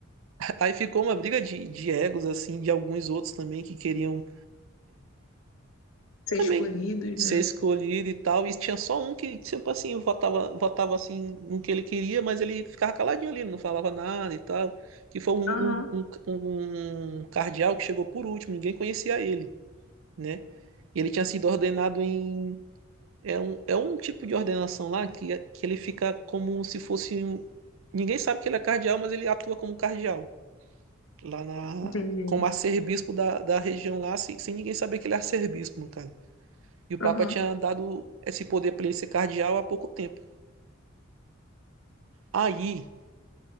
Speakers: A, on the right (about 70°); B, on the left (about 85°).
A: <laughs> Aí ficou uma briga de, de egos, assim, de alguns outros também que queriam
B: ser
A: Também
B: escolhidos,
A: ser
B: né?
A: escolhido e tal. E tinha só um que, sempre assim, votava, votava assim no que ele queria, mas ele ficava caladinho ali, ele não falava nada e tal. Que foi um,
B: Aham,
A: um, um, um cardeal que chegou por último, ninguém conhecia ele, né? E ele tinha sido ordenado em. É um, é um tipo de ordenação lá que, é- que ele fica como se fosse um. Ninguém sabe que ele é cardeal, mas ele atua como cardeal. Lá na.
B: entendi.
A: Como arcebispo da, da região lá, sem, sem ninguém saber que ele é arcebispo, no caso. E o Papa
B: Aham,
A: tinha dado esse poder para ele ser cardeal há pouco tempo. Aí